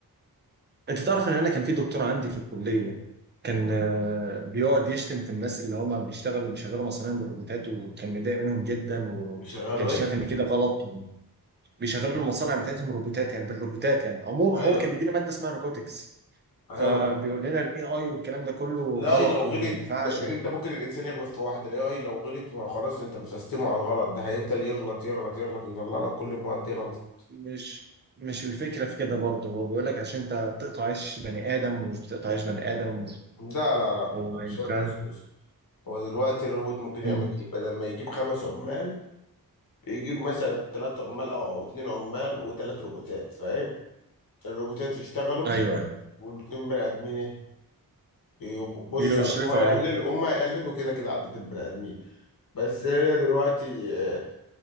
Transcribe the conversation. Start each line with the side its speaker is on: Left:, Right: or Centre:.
Right: انت تعرف ان انا كان في دكتور عندي في الكليه كان آه، بيقعد يشتم في الناس اللي هم بيشتغلوا بيشغلوا مصانع بالروبوتات وكان متضايق منهم جدا وكان
Left: شغاله ايه
Right: شايف ان كده غلط بيشغلوا المصانع بتاعتهم روبوتات يعني بالروبوتات يعني عموما
Left: ايوه
Right: هو كان بيدينا ماده اسمها روبوتكس
Left: ايوه
Right: فبيقول
Left: ما ده-
Right: لنا الاي اي والكلام ده كله
Left: الاي
Right: غلط
Left: لو غلط
Right: وما ينفعش
Left: لا يعني انت ممكن الانسان يغلط في واحده الاي لو غلط ما خلاص انت مسستمه على الغلط ده هيفضل يغلط يغلط يغلط ويطلع لك كل المواد دي غلط
Right: ومش مش الفكره في كده برضه هو بيقول لك عشان انت بتقطع عيش بني ادم ومش بتقطع عيش بني ادم
Left: لا لا لا
Right: وما
Left: أنا
Right: ينفعش
Left: شايف بس بس هو دلوقتي الروبوت ممكن يعمل
Right: مم.
Left: ايه بدل ما يجيب خمس عمال يجيب مثلا ثلاث عمال او او اتنين عمال وثلاث روبوتات فاهم الروبوتات يشتغلوا
Right: ايوه أيوة.
Left: والاتنين بني ادمين إيه؟ يب- بص
Right: بيشرفوا
Left: على- هو يقللوا
Right: عليه
Left: هم يقللوا كده كده عدد البني ادمين بس هي دلوقتي آه،